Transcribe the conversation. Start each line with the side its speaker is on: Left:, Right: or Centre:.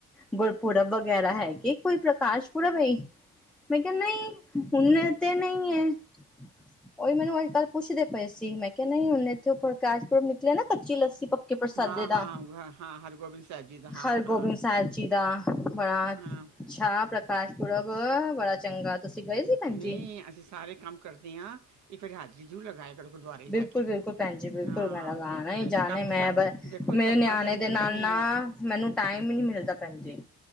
Centre: ਗੁਰਪੁਰਬ ਵਗੈਰਾ ਹੈ ਕੀ ਕੋਈ ਪ੍ਰਕਾਸ਼ ਪੁਰਬ ਅਈ ਮੈਂ ਕਿਹਾ ਨਹੀਂ ਹੁਣੇ ਤੇ ਨਹੀਂ ਐ ਉਹੀ ਮੈਨੂੰ ਅੱਜ-ਕੱਲ ਪੁੱਛਦੇ ਪਏ ਸੀ, ਮੈਂ ਕਿਹਾ ਨਹੀਂ ਹੁਣੇ ਇੱਥੇ ਓਹ ਪ੍ਰਕਾਸ਼-ਪੁਰਬ ਨਿਕਲੇ ਨਾ ਕੱਚੀ ਲੱਸੀ ਪ ਕਿ ਪ੍ਰਸਾਦੇ
Right: ਹਾਂ, ਹਾਂ,
Centre: ਦਾ
Right: ਹਾਂ, ਹਰਗੋਬਿੰਦ ਸਾਹਿਬ ਜੀ ਦਾ ਹਾਂ,
Centre: ਹਰਗੋਬਿੰਦ
Right: ਹਾਂ,
Centre: ਸਾਹਿਬ ਜੀ ਦਾ ਬੜਾ
Right: ਹਾਂ।
Centre: ਅੱਛਾ ਪ੍ਰਕਾਸ਼ ਪੁਰਬ ਬੜਾ ਚੰਗਾ ਤੁਸੀਂ ਗਏ ਸੀ ਭੈਣ
Right: ਨਹੀਂ
Centre: ਜੀ
Right: ਅਸੀਂ ਸਾਰੇ ਕੰਮ ਕਰਦੇ ਹਾਂ ਇਹ ਫਿਰ ਹਾਜ਼ਰੀ ਜਰੂਰ ਲਗਾਇਆ ਕਰੋ, ਗੁਰਦੁਆਰੇ
Centre: ਬਿਲਕੁਲ
Right: ਜਾ ਕੇ
Centre: ਬਿਲਕੁਲ ਭੈਣ ਜੀ ਬਿਲਕੁਲ
Right: ਆ
Centre: ਮੈਂ ਲਗਾਣਾ ਹੀ
Right: ਤੇ ਇਸ
Centre: ਜਾਣੇ
Right: ਕੰਮ
Centre: ਮੈਂ ਬ
Right: ਦੇਖੋ
Centre: ਮੇਰੇ
Right: ਧੰਦਾ
Centre: ਨਿਆਣੇ
Right: ਤਾਂ ਮੁੱਕਣਾ
Centre: ਦੇ ਨਾਲ
Right: ਈ ਨਹੀਂ
Centre: ਨਾ
Right: ਏ
Centre: ਮੈਨੂੰ ਟਾਈਮ ਹੀ ਨਹੀਂ ਮਿਲਦਾ ਭੈਣ ਜੀ